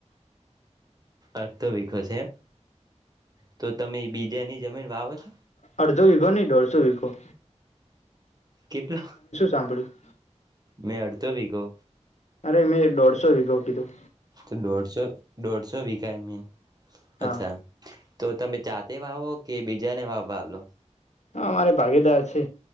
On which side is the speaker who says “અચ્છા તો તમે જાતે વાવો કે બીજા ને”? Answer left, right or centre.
Right